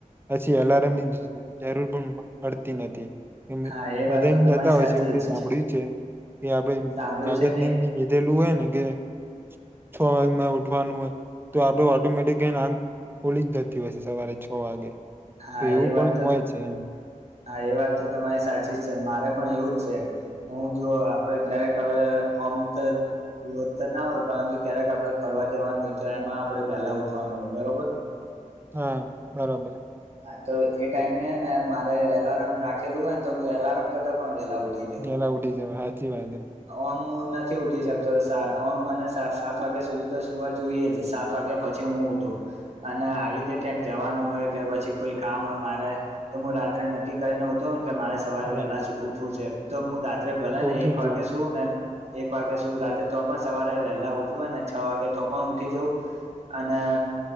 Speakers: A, on the right (about 15°); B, on the right (about 50°).
A: પછી એલાર્મની જરૂર પણ પડતી નથી
B: હા એ
A: બધા
B: વાત તો
A: એમ
B: તમારી
A: કેતા હોય
B: સાચી
A: છે એવું મેં
B: જ
A: સાંભળ્યું છે. કે આપડે મગજ
B: સાંભળ્યું છે
A: ને એમ કીધેલું હોય ને કે છ વાગે માર ઉઠવાનું હે તો આપડ ઓટોમેટિક હેને આંખ ખુલી જ જતી હસે સવારે છ વાગે
B: હા
A: તો એવું
B: એ
A: પણ
B: વાત તો
A: હોય છે એમ.
B: હા એ વાત તો તમારી સાચી જ છે મારે પણ એવું જ છે હું જો આપડે ક્યારેક હવે ઓમ ત રોજ ત ના હોય પરંતુ ક્યારેક આપડે ફરવા જવાનું હોય તો એમાં આપડે વેહલા ઉઠ વાનું હોય બરોબર.
A: હા બરોબર.
B: હા તો એ ટાઈમે ને મારે એલાર્મ રાખેલું હોય ને તો હું એલાર્મ કરતા પણ વેલા ઉઠી જઉં
A: વેલા ઉઠી જવાય હાચી વાત હે.
B: ઓમ હું નથી ઉઠી શકતો ઓમ મને સાત વાગ્યા સુધી તો સુવા જોઈએ જ સાત વાગ્યા પછી હું ઊઠું અને આવી રીતે ક્યાંક જવાનું હોય કે પછી કોઈ કામ હોય મારે તો હું રાત્રે ન ક્કી કરી હતું કે મારે સવારે
A: બરાબર
B: વહેલા જ ઉઠવું છે તો હું રાત્રે ભલે
A: તો
B: ને
A: ઉઠી
B: એક
A: જ
B: વાગે
A: જવું
B: સુ એક વાગે સુ રાતે તો પણ સવારે વહેલા ઉઠવું હોય ને છ વાગે તો પણ ઉઠી જઉ અને